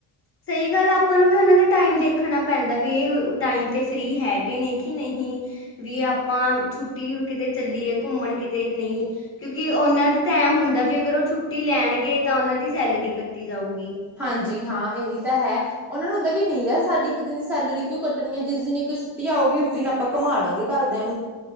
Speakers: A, on the left (about 30°); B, in the centre.
A: ਸਹੀ ਗੱਲ ਆ ਆਪਾਂ ਨੂੰ ਵੀ ਉਹਨਾਂ ਦਾ ਟਾਈਮ ਦੇਖਣਾ ਪੈਂਦਾ ਵੀ ਇਹ ਅ ਟਾਈਮ ਤੇ ਫ੍ਰਰੀ ਹੈਗੇ ਨੇ ਕਿ ਨਹੀਂ ਵੀ ਆਪਾਂ ਛੁੱਟੀ ਐ ਕਿਤੇ ਚੱਲੀਏ ਘੁੰਮਣ ਕਿਤੇ ਨਈ ਕਿਉਂਕਿ ਉਹਨਾਂ ਦਾ ਤਾਂ ਐਂ ਹੁੰਦਾ ਵੀ ਅਗਰ ਉਹ ਛੁੱਟੀ ਲੈਣਗੇ ਤਾਂ ਉਹਨਾਂ ਦੀ ਸੈਲਰੀ ਕੱਟੀ ਜਾਊਗੀ।
B: ਹਾਂਜੀ ਹਾਂ ਇਹੀ ਤਾਂ ਹੈ ਉਹਨਾ ਨੂੰ ਹੁੰਦਾ ਵੀ ਨਈ ਯਰ ਸਾਡੀ ਇੱਕ ਦਿਨ ਦੀ ਸੈਲਰੀ ਕਿਉਂ ਕੱਟਣੀ ਐ ਜਿਸ ਦਿਨ ਇੱਕ ਛੁੱਟੀ ਆਉਗੀ ਉਸ ਦਿਨ ਆਪ ਆਪਾ ਘੁੰਮਾਲਾਗੇ ਘਰਦਿਆਂ ਨੂੰ।